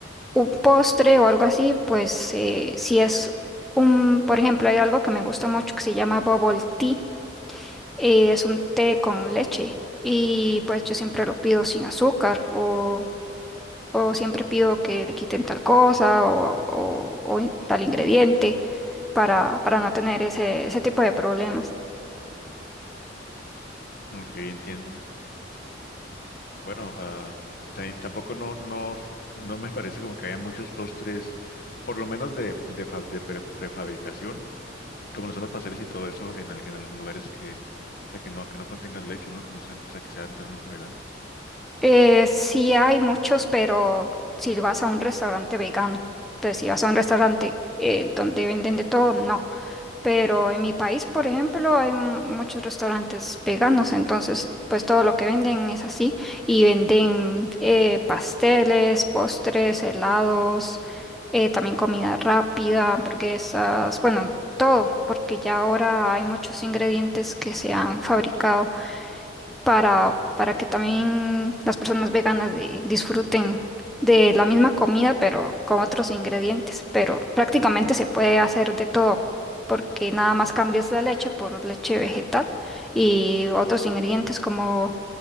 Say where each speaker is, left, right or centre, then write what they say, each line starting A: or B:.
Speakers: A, in the centre; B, on the left (about 50°).
A: un postre o algo así, pues eh, si es un, por ejemplo, hay algo que me gusta mucho que se llama bubble tea, eh, es un té con leche y pues yo siempre lo pido sin azúcar o, o siempre pido que le quiten tal cosa o, o- o in- tal ingrediente para, para no tener ese, ese tipo de problemas.
B: Ok, entiendo. Bueno, ah, ta- tampoco no, no, no me parece como que haya muchos postres, por lo menos de, de, fa- de pre- prefabricación, como lo son los pasteles y todo eso en, al- en al- lugares que, o sea, que no, que no contengan leche, ¿no? Que no sean, o sea, que sean realmente veganos.
A: Eh, sí hay muchos, pero si vas a un restaurante vegano, entonces si vas a un restaurante eh, donde venden de todo, no. Pero en mi país, por ejemplo, hay mu- muchos restaurantes veganos, entonces pues todo lo que venden es así y venden eh, pasteles, postres, helados, eh, también comida rápida, hamburguesas, bueno, todo, porque ya ahora hay muchos ingredientes que se han fabricado para, para que también las personas veganas de- disfruten de la misma comida, pero con otros ingredientes. Pero prácticamente se puede hacer de todo, porque nada más cambias la leche por leche vegetal y otros ingredientes como